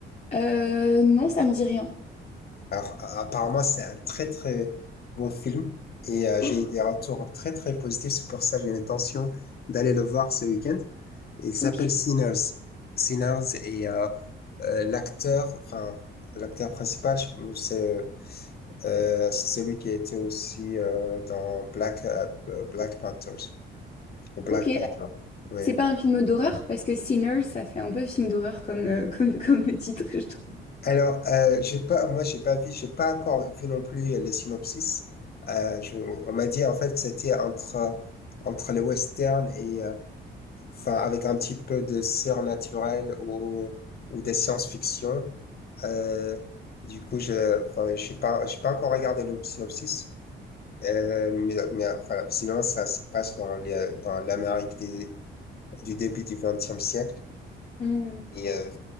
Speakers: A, on the left; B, on the left.
A: Euh, non, ça me dit rien.
B: Alors, a- apparemment, c'est un très très bon film et euh,
A: Ok,
B: j'ai eu des retours très très positifs. C'est pour ça que j'ai l'intention d'aller le voir ce week-end. Il s'appelle
A: ok.
B: Sinners. Sinners et euh, euh, l'acteur, enfin, l'acteur principal, je- c'est euh, celui qui était aussi euh, dans Black, euh, Black Panthers ou Black
A: ok,
B: Panther. Oui.
A: C'est pas un film d'horreur parce que Sinners, ça fait un peu film d'horreur comme, euh, <laughs> comme, comme titre, je trouve.
B: Alors, euh, j'ai pas, moi, j'ai pas vu, j'ai pas encore vu non plus le synopsis. Euh, je, on m'a dit en fait que c'était entre entre le western et euh, enfin avec un petit peu de surnaturel ou ou des science-fiction. Euh, du coup, je, enfin, je suis pas, je suis pas encore regardé le synopsis. Euh, mais, mais enfin, sinon, ça se passe dans les, dans l'Amérique des- du début du XXe siècle.
A: Hmm.
B: Et euh,